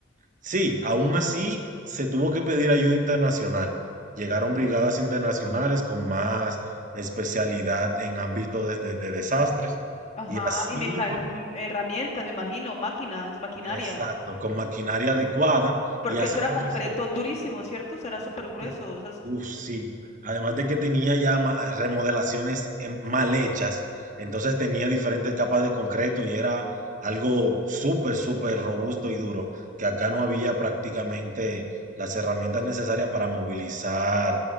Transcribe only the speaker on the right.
sí, aún así se tuvo que pedir ayuda internacional. Llegaron brigadas internacionales con más especialidad en ámbito de, de- de desastres.
Y así
fue que-
exacto, con maquinaria adecuada.
Y así
fue
que se,
Sí. Uf, sí. Además de que tenía ya ma- eh, remodelaciones em, mal hechas, entonces tenía diferentes capas de concreto y era algo súper, súper robusto y duro, que acá no había prácticamente las herramientas necesarias para movilizar